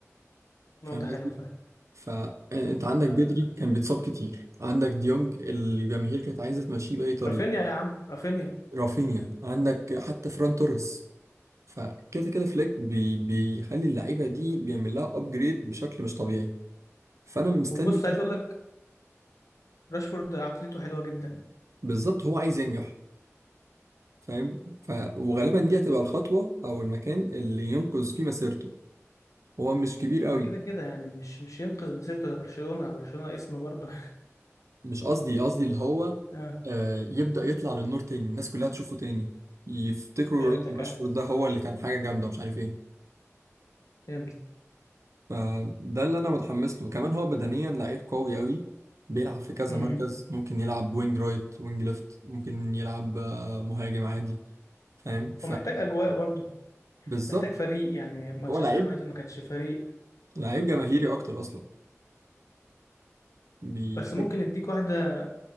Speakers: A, on the right; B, on the left.
A: فاهم
B: نقطة
A: قصدي
B: حلوة فعلا
A: فانت عندك
B: آه
A: بدري كان بيتصاب كتير عندك ديونج الجماهير كانت عايزه تمشيه باي طريقه
B: رافينيا يا عم رافينيا
A: رافينيا عندك حتى فران توريس فكده كده فليك بي بيخلي اللعيبه دي بيعمل لها ابجريد بشكل مش طبيعي فانا مستني
B: وبص عايز
A: أشوف
B: اقول لك راشفورد عقليته حلوه جدا
A: بالظبط هو عايز ينجح فاهم ف وغالبا دي هتبقى الخطوه او المكان اللي ينقذ فيه مسيرته هو مش كبير قوي
B: ده كده كده يعني مش مش ينقذ مسيرته لبرشلونه برشلونه اسم برضه
A: مش قصدي قصدي اللي هو
B: <laughs> اه
A: آه، يبدأ يطلع للنور تاني الناس كلها تشوفه تاني يفتكروا
B: فهمتك
A: لا، راشفورد
B: ايوه
A: ده هو اللي كان حاجة جامدة مش عارف ايه
B: فهمتك
A: فده اللي انا متحمس له كمان هو بدنيا لعيب قوي قوي بيلعب في كذا
B: امم
A: مركز ممكن يلعب وينج رايت وينج ليفت ممكن يلعب آه، مهاجم عادي فاهم
B: ومحتاج اجواء برضه
A: فبالظبط
B: محتاج فريق يعني مانشستر
A: هو لعيب
B: يونايتد ما كانش فريق
A: لعيب جماهيري اكتر اصلا بيحب
B: بس ممكن يديك واحده